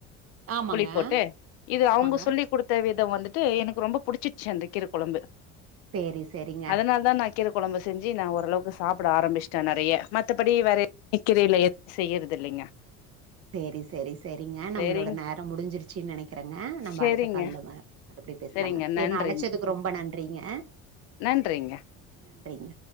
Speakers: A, on the right (about 40°); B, on the left (about 65°).
A: ஆமாங்க
B: புளி போட்டு இது
A: ஆமாங்க
B: அவுங்க சொல்லி குடுத்த விதோ வந்துட்டு எனக்கு ரொம்ப புடிச்சிச்சு அந்த கீர கொழம்பு
A: சேரி சேரிங்க
B: அதுனால தா நா கீர கொழம்பு செஞ்சி நா ஓரளவுக்கு சாப்பட ஆரம்பிச் ச நெறையா மத்தபடி வேற க்கீரயில எதுவு செய்யறது இல்லெங்க
A: செரி செரி செரிங்க
B: சேரிங்
A: நம்மளோட நேரோ முடிஞ்சுருச்சி நனக்கிறங்க நம்ப
B: சேரிங்க
A: அடுத்த கால்ல வர மறுபடி பேசலாங்க
B: சேரிங்க நன்றிங்
A: என்ன அழச்சதுக்கு ரொம்ப நன்றிங்க அ
B: நன்றிங்க
A: நன்றிங்க